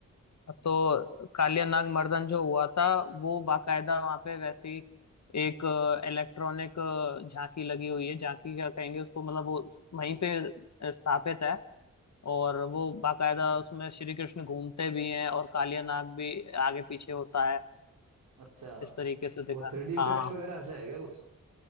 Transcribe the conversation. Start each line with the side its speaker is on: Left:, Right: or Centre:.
Left: तो कालिया नाग मर्दन जो हुआ था वो बाकायदा वहां पे वैसी एक इलेक्ट्रॉनिक झांकी लगी हुई है झांकी क्या कहेंगे उसको मतलब वो वहीं पे स्थापित है और वो बाकायदा उसमें श्री कृष्ण घूमते भी हैं और कालिया नाग भी आगे पीछे होता है
Right: अच्छा
Left: इस तरीके से दिखा
Right: वो थ्री डी इफेक्ट्स
Left: हाँ
Right: वगैरह से है क्या कुछ